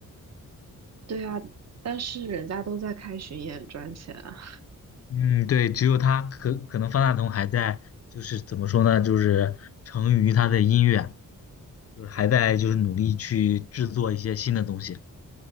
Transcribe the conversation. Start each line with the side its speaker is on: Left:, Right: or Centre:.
Right: 对呀，但是人家都在开巡演赚钱。啊。
Left: 嗯，对，只有他可可能方大同还在，就是怎么说呢，就是成于他的音乐，就是还在就是努力去制作一些新的东西。